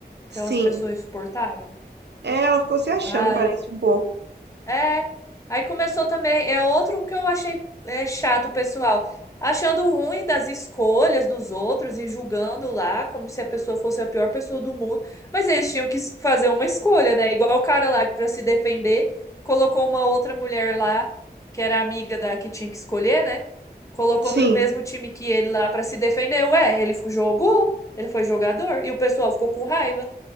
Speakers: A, on the left (about 20°); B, on the right (about 80°).
A: Aquelas
B: Sim.
A: pessoas insuportáveis.
B: É, ela ficou se achando,
A: Ai.
B: parece um pouco.
A: É, aí começou também, é outro que eu achei é, chato, pessoal, achando ruim das escolhas dos outros e julgando lá como se a pessoa fosse a pior pessoa do mundo, mas eles tinham que es- fazer uma escolha, né? Igual o cara lá que para se defender colocou uma outra mulher lá que era amiga da que tinha que escolher, né? Colocou
B: Sim.
A: no mesmo time que ele lá para se defender. Ué, ele fu- jogou, ele foi jogador e o pessoal ficou com raiva,